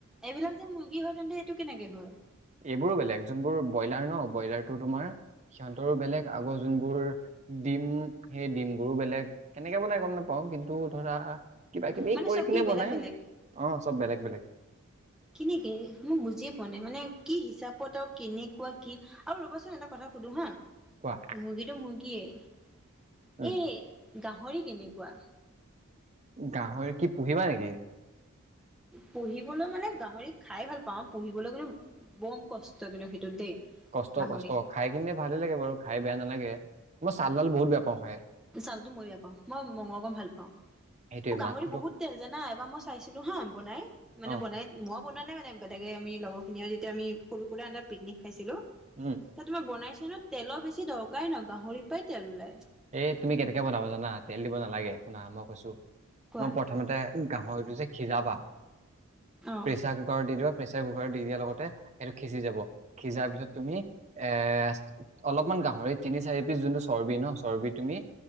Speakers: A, in the centre; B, on the right.
A: এইবিলাক যে মুৰ্গী হয় তেন্তে সেইটো কেনেকে হয়?
B: এইবোৰ বেলেগ যোনবোৰ ব্ৰইলাৰ ন ব্ৰইলাৰটো তোমাৰ সিহঁতৰো বেলেগ আগৰ যোনবোৰ ডিম সেই ডিমবোৰো বেলেগ কেনেকে বনাই গম নাপাওঁ কিন্তু ধৰা কিবা কিবি
A: মানে
B: কৰি
A: চব
B: কিনে
A: কি বেলেগ
B: বনাই
A: বেলেগ
B: অ চব বেলেগ বেলেগ।
A: কেনেকে মোক বুজিয়ে পোৱা নাই মানে কি হিচাপত আৰু কেনেকুৱা কি আৰু ৰ'বাচোন এটা কথা সুধো হা?
B: কোৱা
A: মুৰ্গীটো মুৰ্গীয়ে
B: উম
A: এই গাহৰি কেনেকুৱা?
B: গাহৰি কি পুহিবা নেকি?
A: পুহিবলৈ মানে গাহৰি খাই ভাল পাওঁ পুহিবলৈ কিনো বম কষ্ট কিন্তু সেইটোত দেই।
B: কষ্ট
A: গাহৰি
B: কষ্ট খাই কিনে ভালেই লাগে বাৰু খাই বেয়া নালাগে মই ছাল তাল বহুত বেয়া পাওঁ খাই।
A: চালতো মই বেয়া পাওঁ মই মংস অকল ভাল পাওঁ।
B: সেইটোৱে
A: গাহৰি
B: মাংসটো
A: বহুত তেল জানা এবাৰ মই চাইছিলো হা বনাই মানে
B: অ
A: বনাই মই বনোৱা নাই মানে বেলেগে আমি লগৰখিনিয়ে যেতিয়া আমি সৰু হুয়া এটা পিকনিক খাইছিলো তাত
B: উম
A: মই বনাইছো ন তেলৰ বেছি দৰকাৰে নাই গাহৰি পাই তেল ওলাই।
B: এই তুমি কেনেকে বনাব জানা তেল দিব নালাগে, শুনা মই কৈছো
A: কোৱা
B: তোমাক প্ৰথমতে গাহৰিটো যে সিজাবা
A: অ
B: প্ৰেচাৰ কুকাৰত দি দিবা প্ৰেচাৰ কুকাৰত দি দিয়া লগতে সেইটো সিজি যাব। সিজাৰ পিছত তুমি এ অলপমান গাহৰি তিনি চাৰি পিচ যোনটো চৰ্বি ন চৰ্বি তুমি